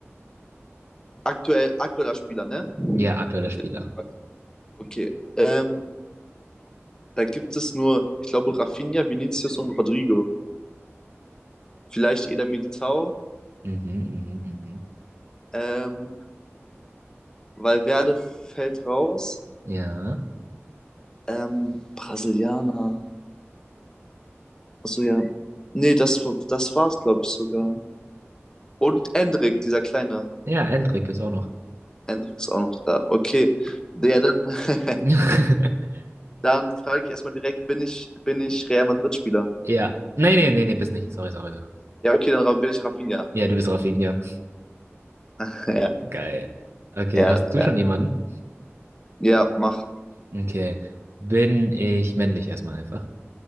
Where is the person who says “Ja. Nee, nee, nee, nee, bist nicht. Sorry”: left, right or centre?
Right